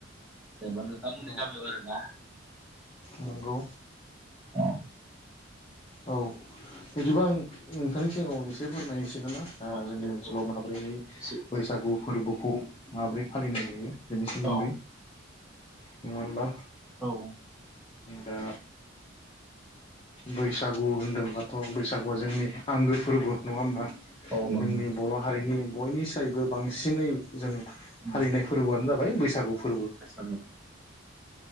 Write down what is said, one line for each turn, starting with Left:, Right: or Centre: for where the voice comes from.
Centre: जेनेबा नोंथांमोननि
Left: औ
Centre: गामियाव आरोना
Left: नंगौ
Centre: औ
Left: औ बिदिबा आं नोंथांनि सिगाङाव एसे फोरमायनोसै नामा आं
Centre: औ
Left: जोंनि
Centre: औ
Left: ओनसोलाव
Centre: औ
Left: माबोरैहाय
Centre: एसे
Left: बैसागु फोरबोखौ माबोरै फालिनाय जायो बेनि सोमोन्दै
Centre: औ
Left: नङा होनबा
Centre: औ
Left: दा बैसागु होनदोंबथ' बैसागुआ जोंनि आंगो फोरबो नङा होमबा
Centre: औ नंगौ
Left: जोंनि बर' हारिनि बयनिसायबो बांसिनै जों
Centre: उम
Left: फालिनाय फोरबोआनो जाबाय बैसागु फोरबो
Centre: <inaudible>